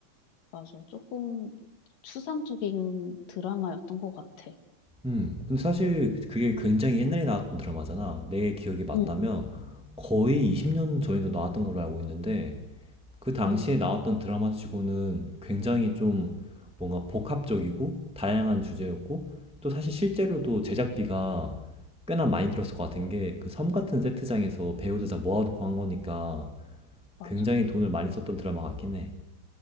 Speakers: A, on the left (about 70°); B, in the centre.
A: 맞아. 조금 추상적인 드라마였던 것 같아.
B: 음, 근데 사실 그게 굉장히 옛날에 나왔던 드라마잖아. 내 기억이 맞다면
A: 음,
B: 거의 20년 전에도 나왔던 걸로 알고 있는데, 그 당시에
A: 음,
B: 나왔던 드라마 치고는 굉장히 좀 뭔가 복합적이고 다양한 주제였고 또 사실 실제로도 제작비가 꽤나 많이 들었을 것 같은 게 그 섬 같은 세트장에서 배우들 다 모아놓고 한 거니까
A: 맞아.
B: 굉장히 돈을 많이 썼던 드라마 같긴 해.